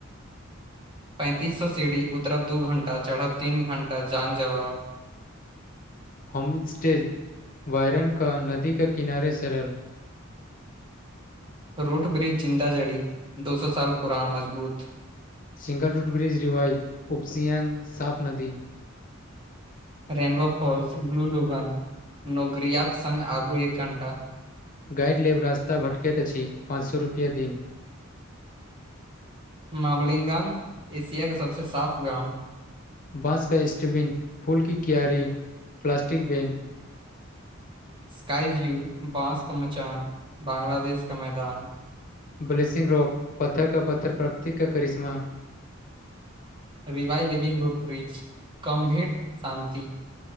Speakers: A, on the right; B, on the left.
A: <inaudible> पैंतीस सए सीढ़ी उतरब दू घण्टा चढ़ब तीन घणटा जान जवाब <inaudible>
B: होमस्टेज वायरन का नदी के किनारे सरल
A: रूट ब्रिज जिन्द जड़ी दो सए साल पुरान मजबूत
B: सिंगल रूट ब्रिज रिवइ उपसियांग साप नदी
A: रेनबो फॉल्स ब्लू लोगन नोगरिया सङ् आगू एक घण्टा
B: गाइड लेब रास्ता भटकैत अछि पाँच सए रुपआ दिन
A: मावलिगांग एशिया के सबसँ साफ गाम
B: बाँस क स्स्टबिन फूलके क्यारी प्लास्टिक बैन
A: स्काई व्यू बाँस का मचान बांग्लादेश का मैदान
B: ब्लेसिंग रॉक पत्थर क पत्थर प्रकृति क करिश्मा
A: रिवाइ लिविंग रूट ब्रिज कम भेर शान्ति